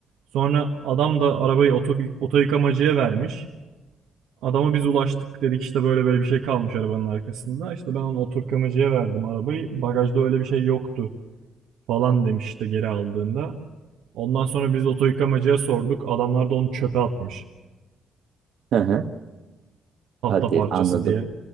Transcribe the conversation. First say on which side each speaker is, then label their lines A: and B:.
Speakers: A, on the right; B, on the right.
A: Sonra adam da arabayı oto, oto yıkamacıya vermiş. Adama biz ulaştık dedik işte böyle böyle bir şey kalmış arabanın arkasında. İşte ben onu oto yıkamacıya verdim arabayı. Bagajda öyle bir şey yoktu falan demiş işte geri aldığında. Ondan sonra biz oto yıkamacıya sorduk. Adamlar da onu çöpe atmış.
B: Hı hı.
A: Tahta
B: Hadi
A: parçası
B: anladım.
A: diye.